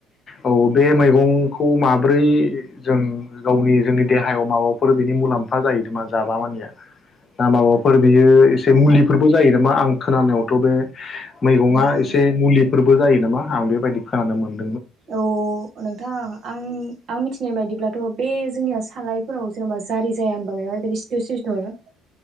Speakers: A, on the left; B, on the right.
A: औ बे मैगंखौ माब्रै जों गावनि जोंनि देहायाव माबाफोर बिनि मुलाम्फा जाहैदों मा जाबा मानिया ना माबाफोर बियो एसे
B: औ
A: मुलिफोरबो जायोना? मा आं खोनानायावथ' बे मैगङा
B: औ औ
A: एसे मुलि फोरबो जायो नामा आं बेबायदि खोनानो मोन
B: औ नोंथां आं आं मिथिनाय बायदिब्लाथ' बे जोंनिया सालायफोराव जेन'बा जारि जाया होमबा बिस्थ' सिसथर